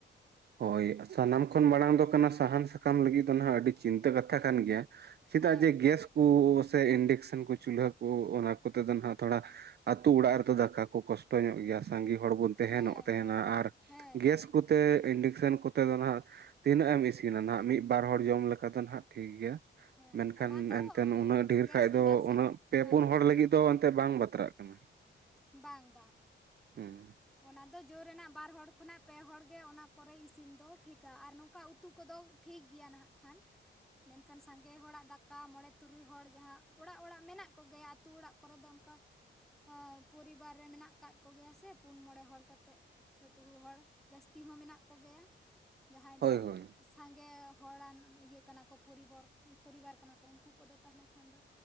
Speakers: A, on the right (about 55°); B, in the centre.
A: ᱦᱳᱭ ᱥᱟᱱᱟᱢ ᱠᱷᱚᱱ ᱢᱟᱲᱟᱝ ᱫᱚ ᱠᱟᱱᱟ ᱥᱟᱦᱟᱱ ᱥᱟᱠᱟᱢ ᱞᱟᱹᱜᱤᱫ ᱫᱚ ᱱᱟᱦᱟᱜ ᱟᱹᱰᱤ ᱪᱤᱱᱛᱟᱹ ᱠᱟᱛᱷᱟ ᱠᱟᱱ ᱜᱮᱭᱟ᱾ ᱪᱮᱫᱟᱜ
B: ᱦᱮᱸ
A: ᱡᱮ ᱜᱮᱥ ᱠᱚ ᱥᱮ ᱤᱱᱰᱮᱠᱥᱮᱱ ᱠᱚ ᱪᱩᱞᱦᱟᱹ ᱠᱩ ᱚᱱᱟ ᱠᱚᱛᱮ ᱫᱚ ᱱᱟᱦᱟᱜ ᱛᱷᱚᱲᱟ ᱟᱹᱛᱩ ᱚᱲᱟᱜ ᱨᱮᱫᱚ ᱫᱟᱠᱟ ᱠᱚ ᱠᱚᱥᱴᱚ ᱧᱚᱜ ᱜᱮᱭᱟ ᱥᱟᱺᱜᱤ ᱦᱚᱲ ᱵᱚᱱ ᱛᱮᱦᱮᱱᱚᱜ
B: ᱦᱮᱸ
A: ᱛᱮᱦᱮᱱᱟ
B: ᱦᱮᱸ
A: ᱟᱨ
B: ᱦᱮᱸ
A: ᱜᱮᱥ ᱠᱚᱛᱮ ᱤᱱᱰᱮᱠᱥᱮᱱ ᱠᱚᱛᱮ ᱫᱚ ᱱᱟᱦᱟᱜ ᱛᱤᱱᱟᱹᱜ ᱮᱢ ᱤᱥᱤᱱᱟ ᱱᱟᱦᱟᱜ ᱢᱤᱫ ᱵᱟᱨ ᱦᱚᱲ ᱡᱚᱢ ᱞᱮᱠᱟ ᱫᱚ ᱱᱟᱦᱟᱜ ᱴᱷᱤᱠ ᱜᱮᱭᱟ᱾
B: ᱦᱮᱸ
A: ᱢᱮᱱᱠᱷᱟᱱ
B: ᱚᱱᱟ ᱫᱚ
A: ᱮᱱᱛᱮᱫ ᱩᱱᱟᱹᱜ ᱰᱷᱮᱨ
B: ᱜᱮᱥ
A: ᱠᱷᱟᱡ
B: ᱤᱱᱰᱟᱠᱥᱮᱱ
A: ᱫᱚ ᱩᱱᱟᱹᱜ ᱯᱮ
B: ᱦᱮᱸ
A: ᱯᱩᱱ ᱦᱚᱲ ᱞᱟᱹᱜᱤᱫ ᱫᱚ ᱮᱱᱛᱮᱜ ᱵᱟᱝ ᱵᱟᱛᱨᱟᱜ ᱠᱟᱱᱟ᱾
B: ᱵᱟᱝ ᱵᱟᱝ᱾
A: <inaudible>
B: ᱚᱱᱟ ᱫᱚ ᱡᱳᱨ ᱨᱮᱱᱟᱜ ᱵᱟᱨ ᱦᱚᱲ ᱠᱷᱚᱱᱟᱜ ᱯᱮ ᱦᱚᱲ ᱜᱮ ᱚᱱᱟ ᱠᱚᱨᱮᱭ ᱤᱥᱤᱱ ᱫᱚ ᱴᱷᱤᱠᱟ ᱟᱨ ᱱᱚᱝᱠᱟ ᱩᱛᱩ ᱠᱚᱫᱚ ᱴᱷᱤᱠ ᱜᱮᱭᱟ ᱱᱟᱦᱟᱜ ᱠᱷᱟᱱ᱾ ᱢᱮᱱᱠᱷᱟᱱ ᱥᱟᱸᱜᱮ ᱦᱚᱲᱟᱜ ᱫᱟᱠᱟ ᱢᱚᱬᱮ ᱛᱩᱨᱩᱭ ᱦᱚᱲ ᱡᱟᱦᱟᱸ ᱚᱲᱟᱜ ᱚᱲᱟᱜ ᱢᱮᱱᱟᱜ ᱠᱚᱜᱮᱭᱟ ᱟ. ᱛᱩ ᱚᱲᱟᱜ ᱠᱚᱨᱮ ᱫᱚ ᱚᱱᱠᱟ ᱮ ᱯᱚᱨᱤᱵᱟᱨ ᱨᱮ ᱢᱮᱱᱟᱜ ᱟᱠᱟᱫ ᱠᱚᱜᱮᱭᱟ ᱥᱮ ᱯᱩᱱ ᱢᱚᱬᱮ ᱦᱚᱲ ᱠᱟᱛᱮᱜ ᱥᱮ ᱛᱩᱨᱩᱭ ᱦᱚᱲ ᱡᱟᱹᱥᱛᱤ ᱦᱚᱸ ᱢᱮᱱᱟᱜ ᱠᱚᱜᱮᱭᱟ ᱡᱟᱦᱟᱸᱭ
A: ᱦᱳᱭ
B: ᱫᱚ
A: ᱦᱳᱭ
B: ᱥᱟᱸᱜᱮ ᱦᱚᱲᱟᱱ ᱤᱭᱟᱹ ᱠᱟᱱᱟ ᱠᱚ ᱯᱚᱨᱤᱵᱚᱨ ᱯᱚᱨᱤᱵᱟᱨ ᱠᱟᱱᱟ ᱠᱚ ᱩᱱᱠᱩ ᱠᱚᱫᱚ ᱛᱟᱦᱚᱞᱮ ᱠᱷᱟᱱ ᱫᱚ᱾